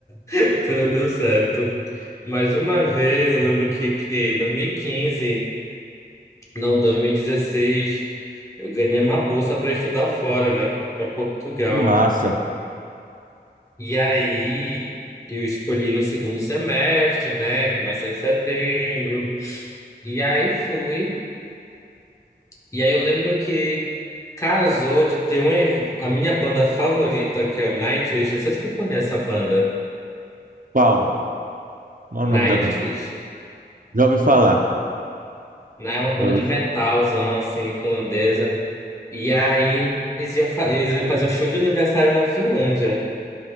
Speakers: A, on the left; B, on the right.
A: <laughs> Tudo deu certo. Mas uma vez, eu lembro que, que em dois mil e quinze Não, 2016 eu ganhei uma bolsa para estudar fora, né? Para Portugal.
B: que massa.
A: E aí eu escolhi no segundo semestre, né? Começa em setembro. E aí fui. E aí eu lembro que casou de ter um ev- a minha banda favorita, que é o Nightwish. Não sei se tu conhece a banda
B: Qual? Qual é o nome
A: Nightwish,
B: da banda? Já ouvi falar.
A: né? É uma
B: Já
A: banda
B: ouvi-
A: de metalzão assim, finlandesa. E aí eles iam, fa- eles iam fazer um show de aniversário na Finlândia.